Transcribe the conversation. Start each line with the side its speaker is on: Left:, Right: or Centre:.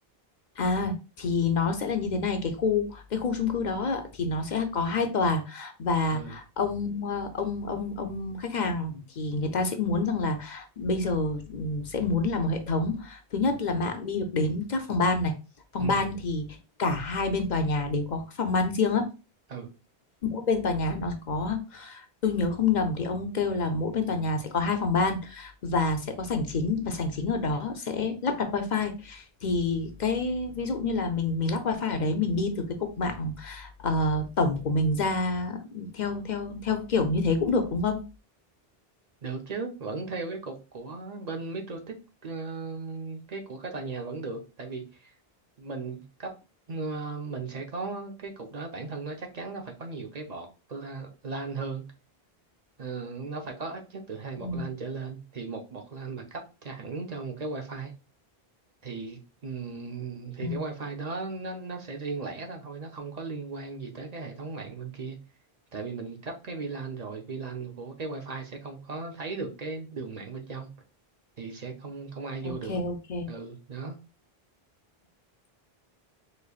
Left: À thì nó sẽ là như thế này cái khu cái khu chung cư đó ạ, thì nó sẽ có hai tòa và
Right: ừ
Left: ông ờ, ông ông ông khách hàng thì người ta sẽ muốn rằng là bây giờ ừm, sẽ muốn là một hệ thống thứ nhất là mạng đi được đến các phòng ban này phòng
Right: Ừ,
Left: ban thì cả hai bên tòa nhà đều có các phòng ban riêng á
Right: ừ,
Left: mỗi bên tòa nhà nó có tôi nhớ không nhầm thì ông kêu là mỗi bên tòa nhà sẽ có hai phòng ban và sẽ có sảnh chính và sảnh chính ở đó sẽ lắp đặt wifi thì cái ví dụ như là mình mình lắp wifi ở đấy mình đi từ cái cục mạng ờ, tổng của mình ra theo theo theo kiểu như thế cũng được đúng không
Right: được chứ, vẫn theo cái cục của bên Microtik ờ, cái của cái tòa nhà vẫn được, tại vì mình cấp ờ, mình sẽ có cái cục đó bản thân nó chắc chắn nó phải có nhiều cái bọt la- lan hơn, Ờ, nó phải có ít nhất từ hai bọt
Left: Ừ,
Right: lan trở lên, thì một bọt lan mà cấp cho hẳn cho một cái wifi thì ừm, thì
Left: ừ.
Right: cái wifi đó nó nó sẽ riêng lẻ ra thôi, nó không có liên quan gì tới cái hệ thống mạng bên kia. tại vì mình cấp cái VLAN rồi VLAN của cái wifi sẽ không có thấy được cái đường mạng bên trong thì sẽ không không ai vô
Left: Ok
Right: được
Left: ok
Right: ừ đó